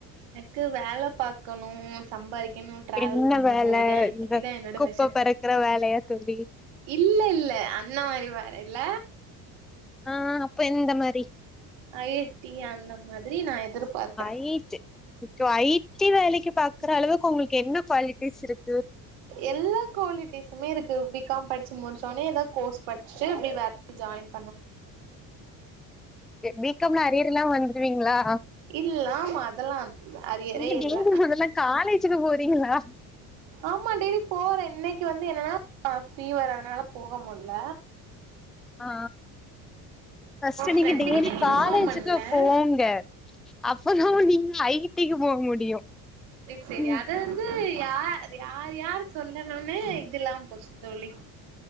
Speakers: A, on the right; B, in the centre.
A: எனக்கு வேல பாக்கணு சம்பாதிக்கிணு ட்ராவல்
B: என்ன
A: பண்ணணு
B: வேல
A: இதா
B: இந்த
A: இதா என்னோட
B: குப்ப
A: பேஷன்
B: பறக்குற வேலையா தோழி
A: இல்ல இல்ல அந்த மாரி வேல இல்ல
B: ஆ அப்ப எந்த மா
A: ஐடி அந்த மாதிரி நா எதிர்பார்க்கற
B: ஐட்டு இப்போ ஐ டி வேலைக்கு பாக்குற அளவுக்கு உங்களுக்கு என்ன குவாலிட்டிஸ் இருக்
A: எல்லா குவாலிட்டிஸுமே இருக்கு பி காம் படிச் து முடிச்சோனே எதா கோர்ஸ் படிச்சிட்டு அப்டே வேலைக் ஜாய்ன்
B: பி காம் ல அரியர் இல்லாம் வந்துருவீங்களா
A: இல்ல ஆமா அதெல்லா அரியரே
B: நீங்க
A: இல்ல
B: டெய்லி மொதல்ல காலேஜுக்கு போறீங்களா
A: ஆமா டெய்லி போறே இன்னை க்கு வந்து என்னன்னா ஃபீவர் அதனால போக முட்ல
B: ஆ ஃபஸ்ட்டு நீங்க
A: ஃப்ரெண்டு
B: டெய்லி
A: கிட்ட இன்ஃபார்ம்
B: காலேஜுக்கு
A: பண்ல
B: போங்க அப்பதா நீங்க ஐ டிக்கு போ போக முடியு
A: செரி
B: ம்
A: அத வந்து யார் யார் யார் சொல்லணுனு இதுல்லாம் போச் தோழி